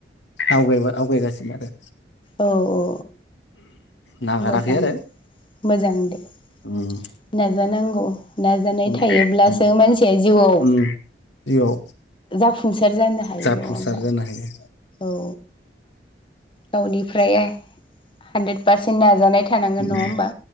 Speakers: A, on the left; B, on the left.
A: आवगाय आवगायगासिनो आरो
B: औ - औ
A: नागाराखै
B: मोजां-
A: आरो
B: मोजां दे
A: उम
B: <unintelligible> जानांगौ नाजानाय
A: उम
B: थायोब्लासो मानसिया जिउआव
A: उम जिउआव
B: जाफुंसार जानो हायो
A: जाफुंसार
B: नङा होमबा
A: जानो हायो
B: औ गावनिफ्राय हानद्रेद पारसेन नाजानाय थानांगोन
A: उम
B: नङा होमबा